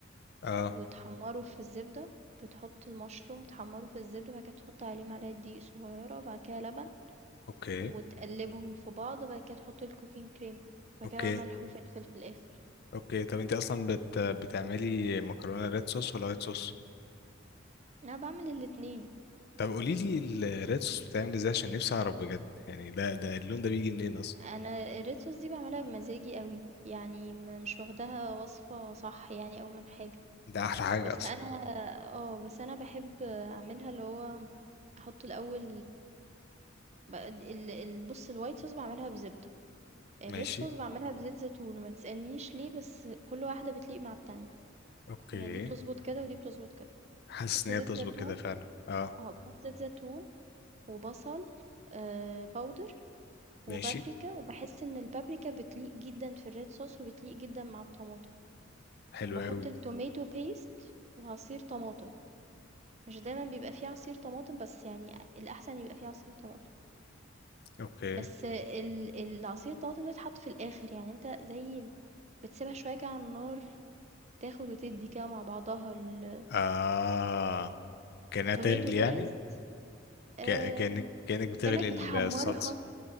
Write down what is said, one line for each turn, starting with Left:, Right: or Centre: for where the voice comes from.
Left: اه
Right: وتحمّره في الزبدة، بتحط المشروم تحمّره في الزبدة، بعد كده تحط عليه معلقة دقيق صغيّرة، بعد كده لبن،
Left: اوكي
Right: وتقلّبهم في بعض، بعد كده تحط الcooking cream، بعد
Left: اوكي
Right: كده بقى ملح وفلفل في الآخر.
Left: اوكي طب انت اصلا بت... بتعملي مكرونه ريد صوص ولا وايت صوص
Right: أنا باعمل الاتنين،
Left: طب قولي لي الريد صوص بتعمل ازاي عشان نفسي اعرف بجد يعني ده ده اللون ده بيجي منين اصلا
Right: أنا الred sauce دي باعملها بمزاجي أوي، يعني م مش واخداها وصفة صح يعني أو من حاجة،
Left: ده احلى حاجه
Right: بس
Left: اصلا
Right: أنا آه، بس أنا باحب أعملها اللي هو أحط الأول ب ال ال بُص الwhite sauce باعملها بزبدة. الred
Left: ماشي
Right: sauce باعملها بزيت زيتون وما تسألنيش ليه بس كل واحدة بتليق مع التانية
Left: اوكي
Right: يعني دي بتظبط كده ودي بتظبط كده
Left: حاسس
Right: بحط
Left: ان
Right: زيت
Left: هي تظبط
Right: زيتون
Left: كده فعلا اه
Right: اه بحط زيت زيتون وبصل آه باودر
Left: ماشي
Right: وبابريكا وبحس ان البابريكا بتليق جدا في الريد صوص وبتليق جدا مع الطماطم
Left: حلو
Right: بحط
Left: قوي
Right: التوميتو بيست وعصير طماطم مش دايما بيبقى فيه عصير طماطم بس يعني الاحسن يبقى فيه عصير طماطم
Left: اوكي
Right: بس ال- العصير الطماطم ده يتحط في الاخر يعني انت زي بتسيبها شوية كده على النار تاخد وتدّي كده مع بعضها ال
Left: اه كانها
Right: الtomato
Left: تغلي
Right: paste
Left: يعني
Right: آمم،
Left: ك... كانك كانك بتغلي
Right: كأنك بتحمّرها
Left: الصلصه